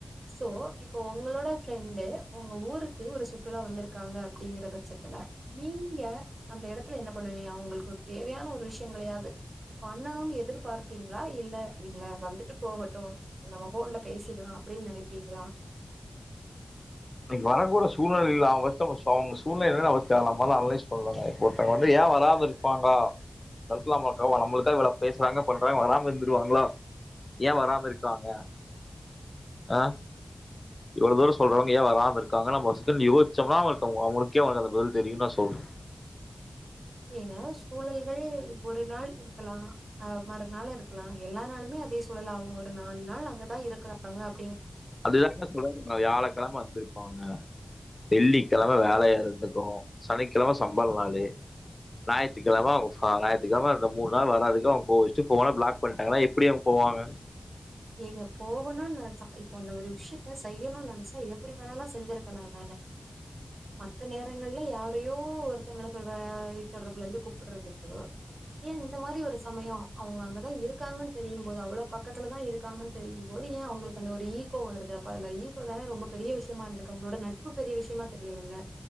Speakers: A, on the right; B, on the left.
A: சோ இப்போ உங்களோட ஃரெண்டு உங்க ஊருக்கு ஒரு சுற்றுலா வந்திருக்காங்க அப்படிங்கற பட்ச த்துல நீங்க அந்த எடத்துல என்ன பண்ணுவீங்க அவுங்களுக்கு ஒரு தேவையான ஒரு விஷயங்களையாது பண்ணணுன் எதிர்பார்ப்பீங்ளா இல்ல இல்ல வந்துட்டு போகட்டு நம்ம ஃபோன்ல பேசிக்கலா அப்டின் நெனைப்பீங்ளா
B: இன்னிக் வர கூடிய சூழ்நிலைலில்ல <unintelligible> அவுங்க சூழ்நெல என்னனு தேவல்லாம அன்லைஸ் பண்லங்க ஒருத்தவ்ங்க வந்து ஏ ஏ வராம இருப்பாங்க இந்தெடத்துல நமக்கா நம்ளுக்கா இவ்ளோ பேசுனாங்க பண்றாங்க வராம இருந்துருவாங்களா ஏ வராம இருக்காங்க ஆ இவ்ளோ தூர சொல்றவுங்க ஏ வராம இருக்காங்க நம்ம ஒரு செகன்ட் யோஸ்சம்னா அவங்ளுக் அவ் அவுங்களுக்கே அந்த பதில் தெரியுன் நா சொல்றே
A: ஏங்க சூழல்கள் ஒரு நாள் இரு கலா ஆ மறுநாள் இருக்கலா எல்லா நாளுமே அதே சூழல் ஆவூ ஒரு நால் நாள் அங்கதா இருக்றாங்க அப்
B: அதுதாங்க சொல்றேன் அ வியாழக்கெழம வந்திருப்பாங்க வெள்ளிக்கெழம வேலையா இருந்துக்கூ சனிக்கெழம சம்பள் நாளு ஞாயித்துக்கெழம அவுங்க ஃப ஞாயித்துகெழம அந்த மூண் நாள் வராதுக்கு அவுங் கோவ்ச்சுட்டு ஃபோன பிளாக் பண்ணிட்டாங்கனா எப்டி அங் போ பாங்க
A: ஏங்க போகணூ நென்ச்சா இப்போ அந்த ஒரு விஷ்யத்த செய்யணு நன்ச்சா எப்டி கனாலு செஞ்சிருக்கலா தானே மத்த நேரங் ங்கள்ல யாரையோ ஒருத்தங்கள தொட தொடர்புலந்து கூப்புட்றதுக்கு ஏ இந்த மாதிரி ஒரு சமயோ அவுங்க அங்கதா இருக்காங்கன் தெரியும்போது அவ்ள பக்கத்துலதா இருக் தெரியுனும்போது ஏ அவுங்குளுக்கு அந்த ஒரு ஈகோ வருது அப்ப அதுல ஈகோ தானே ரொம்ப பெரிய விஷயமா இருந்துக்கு அவுங்களோட நட்பு பெரிய விஷயமா தெரியலல்ல